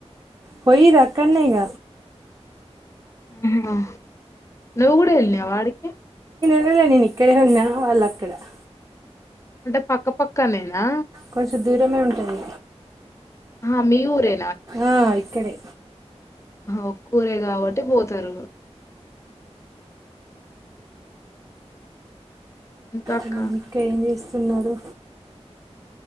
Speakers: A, on the right (about 30°); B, on the left (about 25°).
A: పోయిర్రా అక్కడనే ఇగ
B: ఆహా ఆ నువ్ గూడ ఎళ్ళినవ అడికే
A: లేద్ లె నేనిక్కడే ఉన్నా వాళ్ అక్కడున్న
B: అంటె పక్క పక్కనేనా
A: కొంచెం దూరమే ఉంటది
B: హా మీ ఊరే
A: ఆ ఇక్కడే
B: హా ఒక్కురే కాబట్టి పోతారు ఇంకా అక్క
A: అ ఇంకా ఏం జేస్తున్నారు